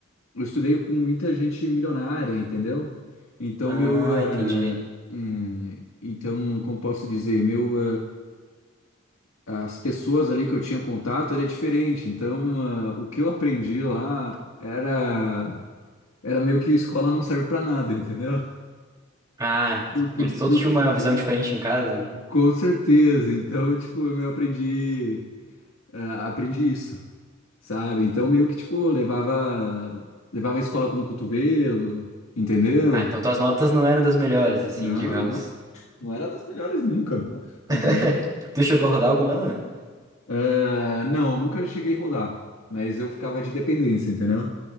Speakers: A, on the left (about 75°); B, on the right (about 15°).
A: eu estudei com muita gente milionária, entendeu? Então,
B: Ah,
A: meu. ah,
B: entendi.
A: hum, então, como posso dizer? Meu, ah, as pessoas ali que eu tinha contato era diferente. Então, ah, o que eu aprendi lá era. Era meio que escola não serve para nada, entendeu?
B: Ah,
A: Por, por,
B: eles todos
A: por,
B: tinham uma visão diferente em casa, né?
A: com certeza. Então, tipo, eu aprendi. ah, aprendi isso, sabe? Então meio que tipo levava levava a escola com o cotovelo, entendeu?
B: Ah, então tuas notas não eram das melhores, assim,
A: Não,
B: digamos.
A: não. Não era das melhores nunca, entendeu?
B: <laughs> Tu chegou a rodar algum ano?
A: Ah, não, nunca cheguei a rodar, mas eu ficava de dependência, entendeu?